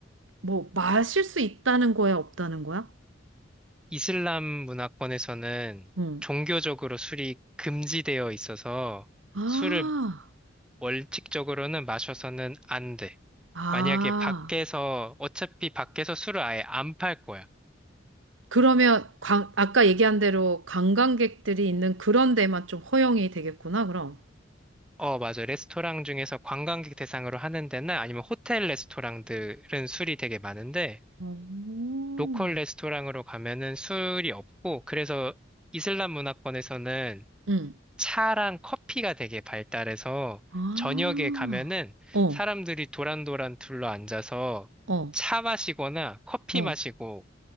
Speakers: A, on the right (about 90°); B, in the centre.
A: 뭐 마실 수 있다는 거야, 없다는 거야?
B: 이슬람 문화권에서는
A: 응.
B: 종교적으로 술이 금지되어 있어서
A: 아,
B: 술을 원칙적으로는 마셔서는 안 돼.
A: 아.
B: 만약에 밖에서, 어차피 밖에서 술을 아예 안 팔 거야.
A: 그러면 관- 아까 얘기한 대로 관광객들이 있는 그런 데만 좀 허용이 되겠구나, 그럼.
B: 어, 맞아. 레스토랑 중에서 관광객 대상으로 하는 데나 아니면 호텔 레스토랑들은 술이 되게 많은데,
A: 오.
B: 로컬 레스토랑으로 가면은 술이 없고, 그래서 이슬람 문화권에서는
A: 응.
B: 차랑 커피가 되게 발달해서
A: 아,
B: 저녁에 가면은
A: 어,
B: 사람들이 도란도란 둘러 앉아서
A: 어,
B: 차 마시거나 커피
A: 어.
B: 마시고